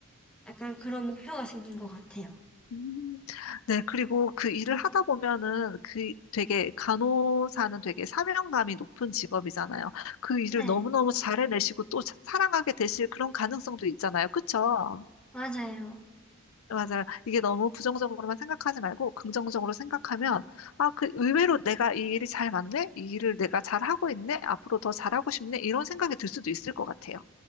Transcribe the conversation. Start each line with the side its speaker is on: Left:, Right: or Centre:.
Centre: 약간 그런 목표가 생긴 것 같아요.
Left: 음, 네, 그리고 그 일을 하다 보면은 그 되게 간호사는 되게 사명감이 높은 직업이잖아요. 그 일을
Centre: 네,
Left: 너무너무 잘해내시고 또 사- 사랑하게 되실 그런 가능성도 있잖아요. 그쵸?
Centre: 맞아요.
Left: 맞아요. 이게 너무 부정적으로만 생각하지 말고 긍정적으로 생각하면 아, 그 의외로 내가 이 일이 잘 맞네? 이 일을 내가 잘하고 있네? 앞으로 더 잘하고 싶네? 이런 생각이 들 수도 있을 것 같아요.